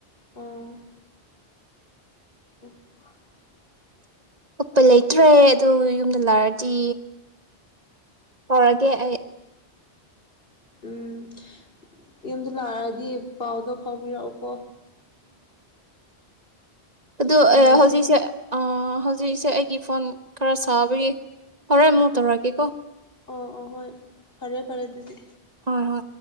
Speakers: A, on the left; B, on the right.
A: ꯑꯣ ꯑ
B: ꯎꯞꯄ ꯂꯩꯇ꯭ꯔꯦ ꯑꯗꯨ ꯌꯨꯝꯗ ꯂꯥꯛꯑꯗꯤ ꯍꯧꯧꯔꯒꯦ ꯑꯩ
A: ꯎꯝ ꯌꯨꯝꯗ ꯂꯥꯛꯑꯗꯤ ꯄꯥꯎꯗꯣ ꯐꯥꯎꯕꯤꯔꯛꯎꯀꯣ
B: ꯑꯗ
A: ꯊꯦꯡꯅꯁꯦ
B: ꯍꯧꯖꯤꯛꯁꯦ ꯍꯧꯖꯤꯛꯁꯦ ꯑꯩꯒꯤ ꯐꯣꯟ ꯈꯔ ꯁꯥꯕꯒꯤ ꯍꯣꯔꯦꯟ ꯑꯃꯨꯛ ꯇꯧꯔꯒꯦꯀꯣ
A: ꯑꯣ ꯑꯣ ꯍꯣꯏ ꯐꯔꯦ ꯐꯔꯦ ꯑꯗꯨꯗꯤ
B: ꯍꯣꯏ ꯍꯣꯏ